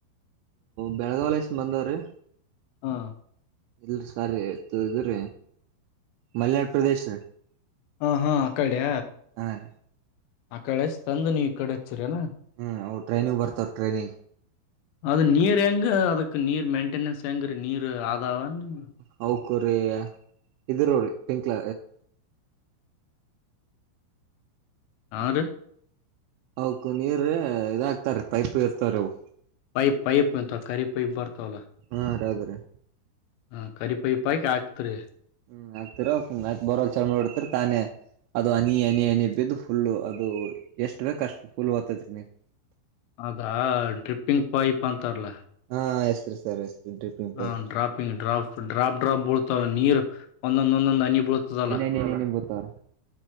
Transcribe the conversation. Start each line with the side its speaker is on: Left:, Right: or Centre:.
Right: ಬೆಳಗಾವಳಸ್ ಬಂದವ್ರೀ
Left: ಹಾ
Right: ಇಲ್ ಸಾರಿ ಇ್ರ ಮಲ್ಯನಾಡ ಪ್ರದೇಶ
Left: ಹ ಹಾ ಆ ಕಡೆ
Right: ಹಾ ರೀ
Left: ಆ ಕಡೆ ಅಷ್ಟ ತಂದು ನೀವ್ ಈ ಕಡೆ ಹಚ್ಚರಿ ಅನಾ
Right: ಹ್ಮ್ ಅವರ ಟ್ರೈನಿಗಿ ಬರ್ತವ ಟ್ರೈನಿಗಿ
Left: ಅದ ನೀರ್ ಹೆಂಗ ಅದಕ್ ನೀರ್ ಮೇಂಟೆನೆನ್ಸ್ ಹೆಂಗ ರೀ ನೀರ್ ಆದಾವ ನಿಮ
Right: ಅವ ಔಕ್ರೀ ಇದಿರ ರೀ ಪಿಂಕ್ಲ
Left: ಹಾರಿ
Right: ಅಕು ನೀರ್ ಇದಾಗಕ್ತಾರ ಪೈಪ್ ಇರ್ತಾರ ಅವು
Left: ಪೈಪ್ ಪೈಪ್ ಎಂತ ಖರಿ ಪೈಪ್ ಬರ್ತಾವಲ್ಲ
Right: ಹಾ <unintelligible>
Left: ಹಾ, ಕರಿ ಪೈಪ್ ಹಾಕಿ ಹಾಕುತ್ತೀರಿ.
Right: ಹ್ಮ್ ಹ ಆಗ್ತೀರ ಬೋರವೆಲ್ ಚೋಲ ಮಾಡಿಬಿಡ್ತಿರಿ ತಾನೇ ಅದು ಹನಿ, ಹನಿ, ಹನಿ ಹನಿ ಬಿದ್ದು ಫುಲ್ ಅದು ಎಷ್ಟು ಬೇಕ ಅಷ್ಟು ಫುಲ್ ಒತ್ತೈತಿರಿನೀರ್
Left: ಅದಾ ಡ್ರಿಪ್ಪಿಂಗ್ ಪೈಪ್ ಅಂತಾರಲ್ಲ
Right: ಹಾ <unintelligible> <inaudible>
Left: ಹಾ,
Right: ಪೈಪ್ ರೀ
Left: ಡ್ರಾಪಿಂಗ್ ಡ್ರಾಪ್, ಡ್ರಾಪ್ ಡ್ರಾಪ್ ಬಿಳತದ ನೀರು ಒಂದೊಂದ ಒಂದೊಂದಂದು ಹನಿ ಬೀಳತದಲ್ಲ.
Right: ನಿನೇಬುತರ <unintelligible>